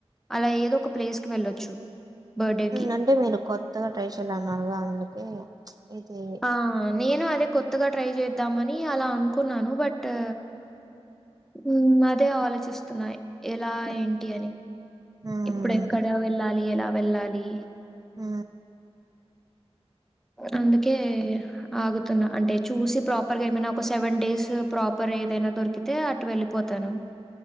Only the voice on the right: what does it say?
హు అంటే మీరు కొత్తగా ట్రై చెయ్యాల అన్నారు గా అందుకే ప్చ్ ఇది
ఉమ్
ఊ